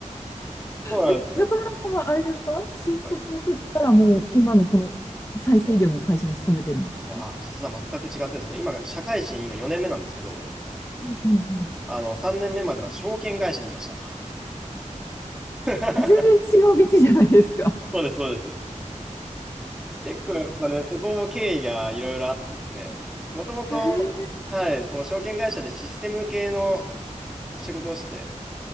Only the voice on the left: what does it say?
え、中村さんはあれですか新卒の時からもう今のこの再生医療の会社に勤めてるんですか
うんうん。
全然違う道じゃないですか。
へえ。